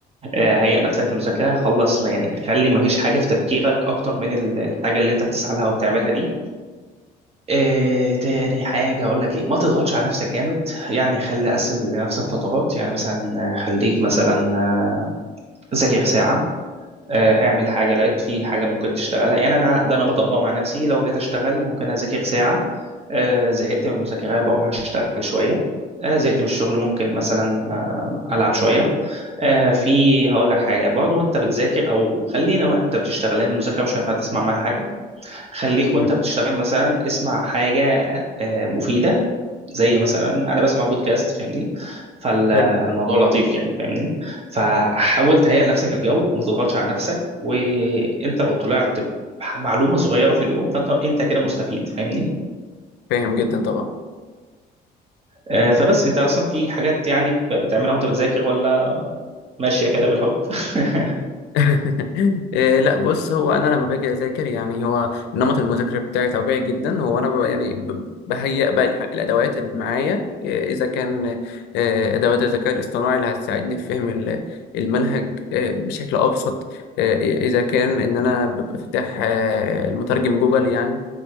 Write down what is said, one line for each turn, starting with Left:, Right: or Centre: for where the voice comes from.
Right: أه هيئ نفسك للمذاكرة خلص ما يعني خلي ما فيش حاجة في تفكيرك أكتر من ال- الحاجة اللي أنت بتسعى لها وبتعملها دي أه تاني حاجة أقول لك إيه ما تضغطش على نفسك جامد يعني خلي قسم لنفسك فترات يعني مثلا آه، خليك مثلا آه، ذاكر ساعة آه، اعمل حاجه لقيت في حاجه ممكن تشتغلها يعني انا ده انا بطبقه مع نفسي لو جيت اشتغل ممكن اذاكر ساعه آه، زهقت من المذاكره بروح اشتغل شويه آه، زهقت من الشغل ممكن مثلا آه، العب شويه آه، في هقول لك حاجه برضو وانت بتذاكر او خلينا وانت بتشتغل لان المذاكره مش هينفع تسمع معاها حاجه خليك وانت
Left: م-
Right: بتشتغل مثلا اسمع حاجه آه، مفيده زي مثلا انا بسمع بودكاست فاهمني فالموضوع
Left: حلو
Right: لطيف يعني فاهمني فحاول تهيئ لنفسك الجو وما تضغطش على نفسك وانت لو طلعت معلومة صغيرة في اليوم فانت انت كده مستفيد فاهمني
Left: فاهم جدا طبعا
Right: آه، فبس انت اصلا في حاجات يعني ب- بتعملها وانت بتذاكر ولا ماشية كده بالحب <laughs>
Left: <laughs> إيه، لا بص هو انا لما باجي اذاكر يعني هو نمط المذاكره بتاعي طبيعي جدا هو انا ببقى يعني ب- بهيئ بقى الح- الادوات اللي معايا إيه، اذا كان إيه، ادوات الذكاء الاصطناعي اللي هتساعدني في فهم ال- المنهج إيه، بشكل ابسط إيه، اذا كان ان انا ببقى فاتح آه، المترجم جوجل يعني